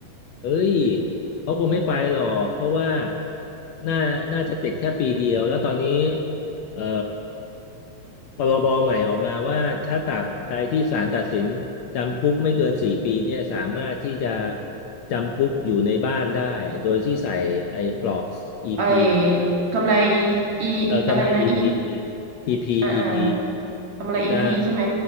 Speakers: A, on the left; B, on the right.
A: เอ้ยเขาคงไม่ไปหรอก เพราะว่า น่าน่าจะติดแค่ปีเดียว แล้วตอนนี้เอ่อพรบใหม่ออกมาว่าถ้าตราบใดที่ศาลตัดสินจำคุกไม่เกินสี่ปีเนี่ยสามารถที่จะจำคุกอยู่ในบ้านได้โดยที่ใส่ไอ้ปลอก EP
B: ไอ้กำไรอีอะไรนะอี
A: เออกำไร EP EP
B: อ่าอ่า
A: EP
B: กำไรอีพีใช่ไหม
A: ได้